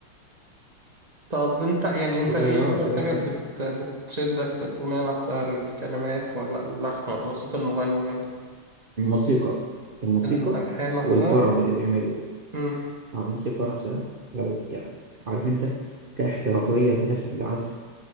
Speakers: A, on the right; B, on the right.
A: طب انت يعني انت
B: كلها
A: ايه اكتر
B: آه، كلها
A: حاجة
B: قديمه
A: بت... بتشدك في الأغنية نفسها الكلمات ولا اللحن ولا صوت المغني ولا
B: الموسيقى الموسيقى
A: الألحان نفسها؟
B: والطرب اللي بيعمله
A: امم
B: آه، الموسيقى نفسها لو يعني عارف انت كاحترافيه كده في العزف